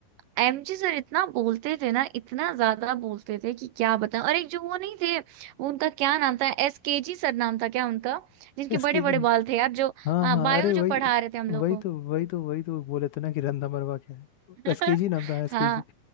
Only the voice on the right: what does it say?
MG sir इतना बोलते थे ना इतना ज्यादा बोलते थे कि क्या बताएं और एक जो वो नहीं थे वो उनका क्या नाम था एस के जी सर नाम था क्या उनका जिनके
बड़े बड़े
बाल थे यार जो
हाँ
बायो
जो
पढ़ा रहे थे हम लोग
को
<laughs>
हाँ